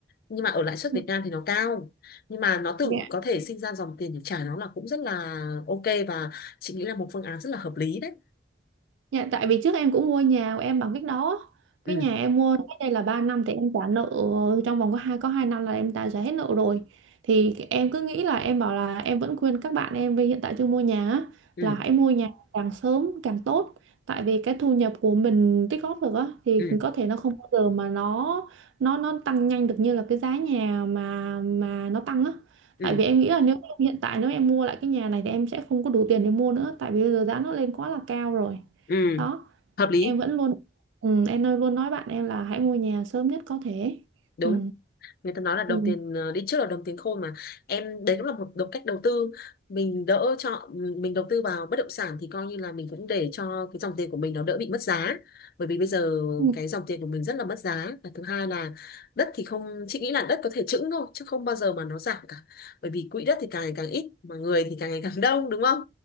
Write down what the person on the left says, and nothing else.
nhưng mà ở lãi suất
Việt Nam thì nó cao nhưng mà nó tự
có thể sinh ra dòng tiền để trả nó là cũng rất là ok và chị nghĩ là một phương án rất là hợp lý đấy
ừ
ừ
ừ
ừ
Ừ,
hợp lý,
đúng.
Người ta nói là đồng
tiền ờ, đi trước là đồng tiền khôn mà. Em đấy cũng là một đồng cách đầu tư. Mình đỡ cho mình đầu tư vào bất động sản thì coi như là mình cũng để cho cái dòng tiền của mình nó đỡ bị mất giá. Bởi vì bây giờ
cái dòng tiền của mình rất là mất giá. Và thứ hai là đất thì không chị nghĩ là đất có thể chững thôi chứ không bao giờ mà nó giảm cả. Bởi vì quỹ đất thì càng ngày càng ít mà người thì càng ngày càng đông đúng không?